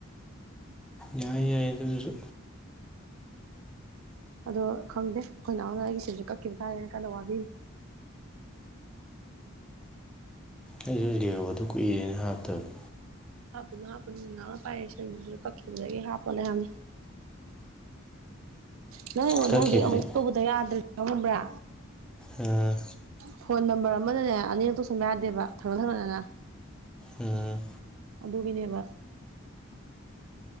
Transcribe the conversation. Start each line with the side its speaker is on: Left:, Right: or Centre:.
Centre: ꯌꯥꯏ ꯌꯥꯏ ꯑꯗꯨꯃꯁꯨ
Right: ꯑꯗꯣ ꯈꯪꯗꯦ ꯑꯩꯈꯣꯏ ꯅꯥꯎꯅ ꯑꯩꯒꯤ ꯁꯤꯝꯁꯦ ꯀꯛꯈꯤꯕ ꯇꯥꯔꯦꯅ ꯀꯟꯅ ꯋꯥꯕꯤꯔꯤ꯫
Centre: ꯑꯩꯁꯨ ꯖꯤꯑꫭꯗꯨ ꯀꯨꯏꯔꯦ ꯅ° ꯍꯥꯞꯇꯕ꯫
Right: ꯍꯥꯞꯄꯨꯅꯨ ꯍꯥꯞꯄꯨꯅꯨ ꯅꯅꯥꯎꯅ ꯄꯥꯏꯔꯤ ꯁꯤꯝꯗꯨꯁꯨ ꯀꯛꯈꯤꯕꯗꯒꯤ ꯍꯥꯞꯄꯅꯦ ꯍꯥꯏꯕꯅꯦ꯫ ꯅꯪ ꯑꯩꯉꯣꯟꯗ
Centre: ꯀꯛꯈꯤꯕꯗꯩ
Right: ꯍꯧꯖꯤꯛ ꯑꯃꯨꯛ ꯇꯧꯕꯗ ꯌꯥꯗ꯭ꯔꯤꯗꯨ ꯈꯪꯕ꯭ꯔꯥ
Centre: ꯑ
Right: ꯐꯣꯟ ꯅꯝꯕꯔ ꯑꯃꯗꯅꯦ ꯑꯅꯤꯔꯛ ꯇꯧꯁꯤꯟꯕꯥ ꯌꯥꯗꯦꯕꯥ ꯊꯪꯅ ꯊꯪꯅꯅ
Centre: ꯎꯝꯝ
Right: ꯑꯗꯨꯒꯤꯅꯦꯕꯥ꯫